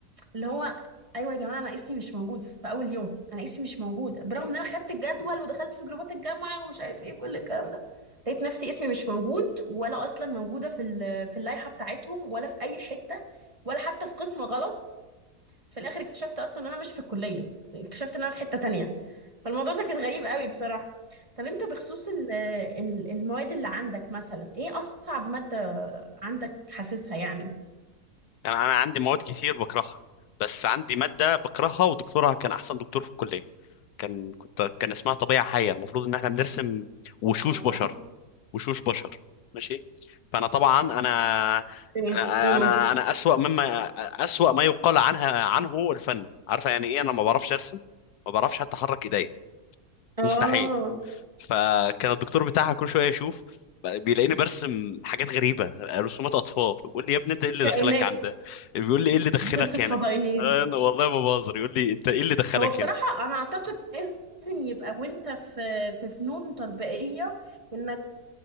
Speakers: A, on the right; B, on the left.
A: اللي هو ايوه يا جماعه انا اسمي مش موجود في اول يوم انا اسمي مش موجود برغم ان انا خدت الجدول ودخلت في جروبات الجامعه ومش عارف ايه كل الكلام ده لقيت نفسي اسمي مش موجود ولا اصلا موجوده في ال- في اللائحه بتاعتهم ولا في اي حته ولا حتى في قسم غلط في الاخر اكتشفت اصلا ان انا مش في الكليه اكتشفت ان انا في حته تانية فالموضوع ده كان غريب قوي بصراحه طب انت بخصوص ال- ال- المواد اللي عندك مثلا ايه اصعب ماده عندك حاسسها يعني
B: يعني انا عندي مواد كتير بكرهها بس عندي ماده بكرهها ودكتورها كان احسن دكتور في الكليه كان كنت كان اسمها طبيعه حيه المفروض ان احنا بنرسم وشوش
A: اه
B: بشر وشوش بشر ماشي فانا طبعا انا
A: اوكي
B: انا
A: امم
B: انا أنا اسوأ مما اسوأ ما يقال عنها عنه الفن عارفه يعني ايه انا ما بعرفش ارسم ما بعرفش حتى احرك ايديا
A: اه
B: مستحيل فكان الدكتور بتاعها كل شويه يشوف بيلاقيني برسم حاجات غريبه رسومات اطفال بيقول لي يا ابني انت ايه اللي
A: كائنات
B: دخلك عندها بيقول لي ايه اللي دخلك
A: بترسل
B: هنا
A: فضائيين
B: انا والله ما بهزر يقول لي انت ايه اللي دخلك
A: هو بصراحة
B: هنا
A: أنا أعتقد لازم يبقى وأنت في في فنون تطبيقية إنك